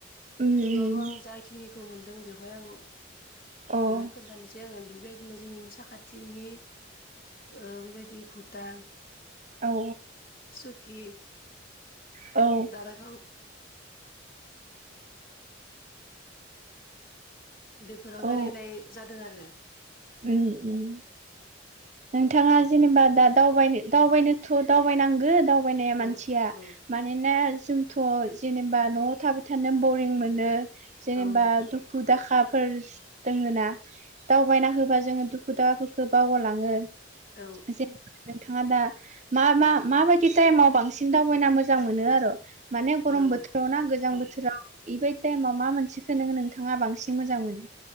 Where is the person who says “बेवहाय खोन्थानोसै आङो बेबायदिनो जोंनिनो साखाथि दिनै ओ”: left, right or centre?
Left